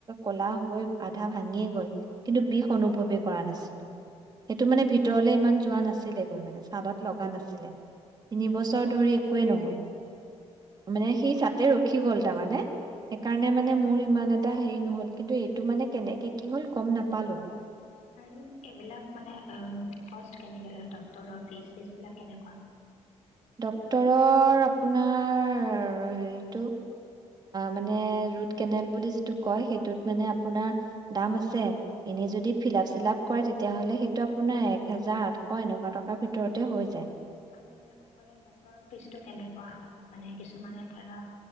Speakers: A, on the right (about 35°); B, on the left (about 75°).
A: ক'লা হৈ আধা ভাঙিয়ে গল কিন্তু বিষ অনুভৱে কৰা নাছিলো সেইটো মানে ভিতৰলে ইমান যোৱা নাছিল মানে চাদত লগা নাছিলে তিনি বছৰ ধৰি একোৱে নহল মানে সি তাতে ৰখি গ'ল তাৰমানে সেইকাৰণে মানে মোৰ ইমান এটা এটা হেৰি নহ'ল কিন্তু এইটো মানে কেনেকে কি হ'ল গম নাপালো
B: আৰু এইবিলাক মানে কষ্ট কেনেকৈ লয় ডক্টৰ ফিজ চিজ বনবিলাক কেনেকুৱা
A: ডক্তৰৰ আপোনাৰ হেৰিটো মানে ৰুট কেনেল বুলি যিটো কয় সেইটোত মানে আপোনাৰ দাম আছে এনে যদি ফিলাপ চিলাপ কৰে তেতিয়াাহলে সেইটো আপোনাৰ এক হজাৰ আঠশ এনেকুৱা টকাৰ ভিতৰতে হৈ যায়।
B: আৰু আছেনে ফিজটো কেনেকুৱা হয় মানে কিছুমানে ধৰা